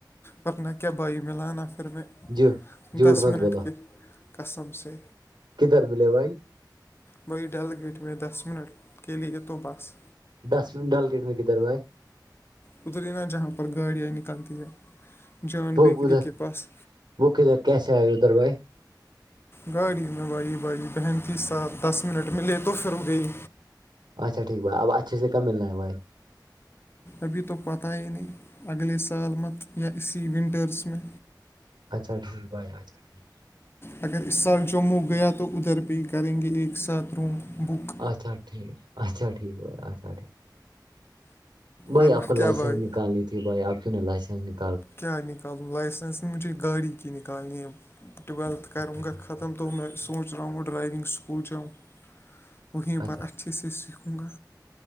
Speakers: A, on the left; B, on the right.
A: ورنہ کیا بھائی ملاانا پھر میں
B: جی جھوٹ
A: دس
B: مت
A: منٹ
B: بولو
A: کے قسم سے
B: کدھر ملے بھائی
A: وہی ڈل گیٹ میں دس منٹ کے لیے یہ تو بس
B: ڈسٹبن ڈالکیٹ میں گ طر بھائی
A: اتری نہ جہاں پر گاڑیاں نکلتی ہے جان
B: وہ
A: بیکری
B: ادھر
A: کے پاس
B: وہ کدھر کیسے آئے ادھر بھائی
A: گاڑی میں بھائی بھائی بہن کی ساتھ دس منٹ ملے تو پھر ہو گئی
B: اچھاٹھیک بھ اھے سے ملنا ہے بائی
A: ابھی تو پتہ ہی نہیں اگلے سال مت یا اسی ونٹرس میں
B: اچھا ٹھیک بھائی اچھا ٹھیک
A: اگر اس سال جموں گیا تو ادھر پہ ہی کریں گے ایک ساتھ روم بک
B: اچھا ٹھیک اچھا ٹھیک ہو اچھا ٹھ بھائی
A: ورنہ
B: آپ کو
A: کیا
B: لائسنس
A: بھائی
B: نکالنی تھی بھائی آپ کیوں لائسنس نک
A: کیا کیا نکالوں لائسنس مجھے گاڑی کی نالنی ٹویلتھ کروں
B: اچھا
A: گا
B: ٹھیک
A: ختم
B: بھائی گاڑی
A: تو میں
B: ٹھیک
A: سوچ رہا ہوں ڈرائیونگ اسکول جاؤں وہیں
B: اچھا
A: پر اچھے سے سیکھوں گا